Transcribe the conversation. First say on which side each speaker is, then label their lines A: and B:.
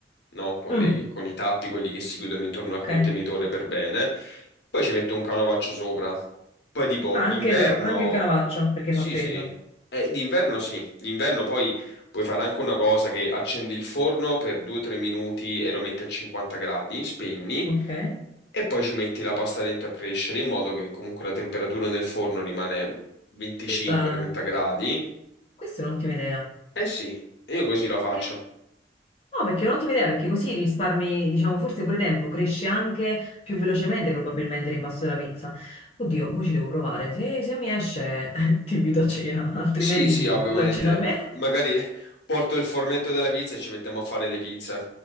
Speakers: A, on the left; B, on the left.
A: no? Con
B: Mm.
A: le- con i tappi, quelli che si chiudono intorno
B: Ok.
A: al contenitore per bene. Poi ci metto un canovaccio sopra. Poi tipo
B: Ah,
A: d'inverno.
B: anche, do- anche il Canavaccio perché
A: Sì,
B: fa freddo.
A: sì. Eh, d'inverno sì, d'inverno poi puoi fare anche una cosa che accendi il forno per 2-3 minuti e lo metti a 50 gradi, spegni
B: Ok.
A: e poi ci metti la pasta dentro a crescere in modo che comunque la temperatura nel forno rimane 25-30
B: Questa,
A: gradi.
B: questa è un'ottima idea.
A: Eh sì, io così la
B: Perché?
A: faccio.
B: No, perché è un'ottima idea perché così risparmi, diciamo, forse pure tempo, cresce anche più velocemente probabilmente l'impasto della pizza. Oddio, mo ci devo provare. Se, se mi esce, <laughs> ti invito a cena, altrimenti
A: Sì, sì,
B: mi inviti
A: ovviamente.
B: tu a cena a me.
A: Magari porto il fornetto della pizza e ci mettiamo a fare le pizze.